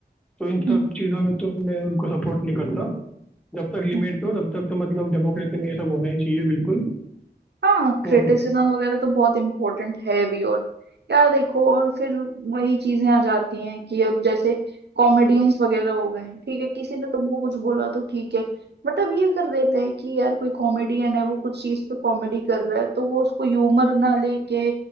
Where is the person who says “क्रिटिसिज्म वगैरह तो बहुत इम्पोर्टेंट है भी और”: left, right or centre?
Right